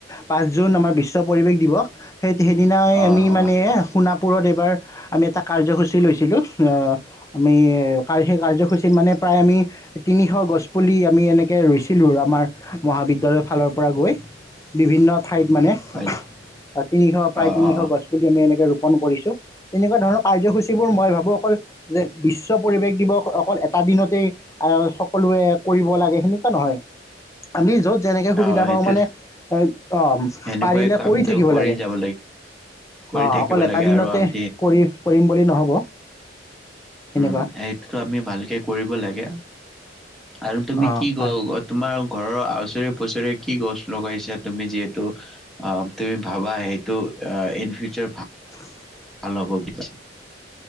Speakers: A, on the left; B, in the centre.
A: পাঁচ জুন আমাৰ বিশ্ব পৰিৱেশ দিৱস। সেই সেইদিনাই
B: অ
A: আমি মানে
B: অ
A: সোণাপুৰৰ। তাত এটা আমি কাৰ্য্যসূচী লৈছিলো অ আমি সেই কাৰ্য্যসূচীত মানে প্ৰায় আমি তিনিশটা গছ পুলি আমি এনেকে ৰুইছিলোঁ আমাৰ মহাবিদ্যালয়ৰ ফালৰ পৰা গৈ বিভিন্ন ঠাইত মানে
B: হয়
A: অ তিনিশ প্ৰায়
B: অ
A: তিনিশ
B: অ
A: গছ পুলি আমি এনেকে ৰুপন কৰিছোঁ তেনেকুৱা ধৰণৰ কাৰ্যসূচীবোৰ মই ভাবোঁ অকল যে বিশ্ব পৰিৱেশ দিৱস অকল এটা দিনতেই সকলোৱে কৰিব লাগে হয় নহয় আমি য'ত যেনেকৈ সুবিধা
B: অ সেইটো
A: পাওঁ মানে অঁ
B: সেনেকুৱাই
A: পাৰিলে
B: কামটো
A: কৰি থাকিব লাগে
B: যাব কৰি
A: অঁ
B: থাকিব
A: অকল এটা
B: লাগে
A: দিনতে
B: আৰু আমি
A: কৰি কৰিম বুলি নহ'ব সেনেকুৱা
B: উম সেইটোতো আমি ভালকে কৰিব লাগে আৰু তুমি
A: অঁ
B: কি ক
A: হয়
B: তোমাৰ ঘৰৰ আওচৰে পছৰে কি গছ লগাইছা তুমি যিহেতু অ তুমি ভাবা সেইটো ইন ফিউচাৰ ভাব
A: উ <unintelligible>
B: ভাল হ'ব বুজ <unintelligible>